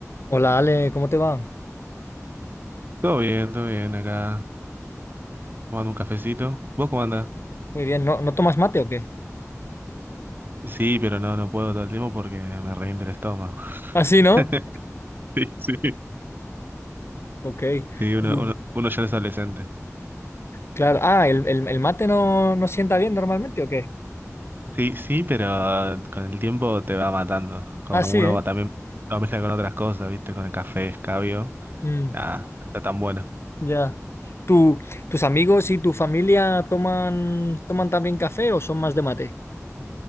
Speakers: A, on the left; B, on the right.
A: Hola Ale, ¿cómo te va?
B: Todo bien, todo bien acá, tomando un cafecito. ¿Vos cómo andás?
A: Muy bien, ¿no, no tomas mate o qué?
B: Sí, pero no, no puedo todo el tiempo porque me revienta el estómago.
A: Ah, sí, ¿no?
B: <laughs> Sí, sí.
A: Ok.
B: Sí, uno,
A: Tú-
B: uno, uno ya es adolescente.
A: Claro, ah, ¿el, el- el mate no, no sienta bien normalmente o qué?
B: Sí, sí, pero con el tiempo te va matando. Como
A: Ah, sí,
B: uno
A: ¿eh?
B: va también lo mezcla con otras cosas, ¿viste? Con el café, escabio.
A: Mm,
B: Nada, no está tan bueno.
A: ya. ¿Tú- tus amigos y tu familia toman, toman también café o son más de mate?